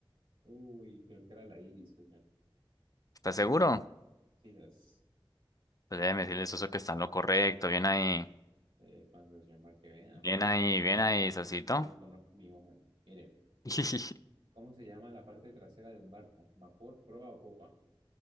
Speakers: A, on the right; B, on the left.
A: Uy, creo que era la iris, oye.
B: ¿Estás seguro?
A: Quizás.
B: Pues déjeme decirle, Soso, que está en lo correcto. Bien ahí,
A: Eh, sensación para que vea.
B: bien ahí, bien ahí, Sosito.
A: Yo me conozco mi ojo. Mire,
B: <laughs>
A: ¿cómo se llama la parte trasera de un barco? ¿Vapor, proa o popa?